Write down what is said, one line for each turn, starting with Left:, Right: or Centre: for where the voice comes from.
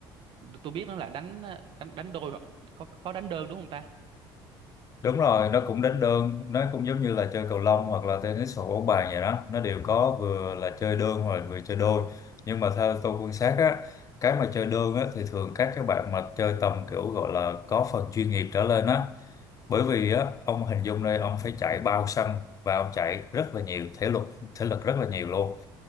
Right: tôi biết nó là đánh đánh đánh đôi hoặc có có đánh đơn đúng không ta
Left: đúng rồi nó cũng đánh đơn nó cũng giống như là chơi cầu lông hoặc là tennis hoặc bóng bàn vậy đó nó đều có vừa là chơi đơn hoặc là vừa chơi đôi nhưng mà theo tôi quan sát á cái mà chơi đơn á thì thường các các bạn mà chơi tầm kiểu gọi là có phần chuyên nghiệp trở lên á bởi vì
Right: ừ
Left: á ông hình dung đây ông phải chạy bao sân và ông chạy rất là nhiều thể lực thể lực rất là nhiều luôn